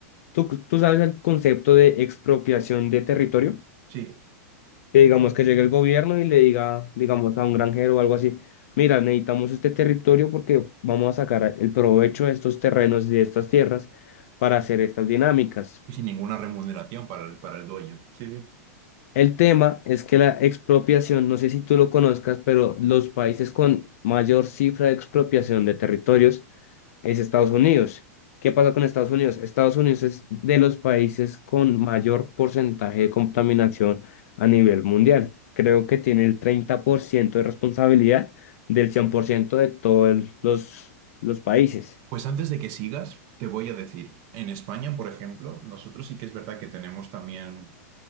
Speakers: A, on the left (about 65°); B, on the right (about 45°).
A: tú, tú sabes el concepto de expropiación de territorio,
B: Sí,
A: que digamos que llegue el gobierno y le diga, digamos, a un granjero o algo así. Mira, necesitamos este territorio porque vamos a sacar el provecho de estos terrenos y de estas tierras para hacer estas dinámicas.
B: y sin ninguna remuneración para el, para el dueño. Sí, sí.
A: El tema es que la expropiación, no sé si tú lo conozcas, pero los países con mayor cifra de expropiación de territorios es Estados Unidos. ¿Qué pasa con Estados Unidos? Estados Unidos es de los países con mayor porcentaje de contaminación a nivel mundial. Creo que tiene el 30% de responsabilidad del 100% de todos los, los países.
B: Pues antes de que sigas, te voy a decir, en España, por ejemplo, nosotros sí que es verdad que tenemos también,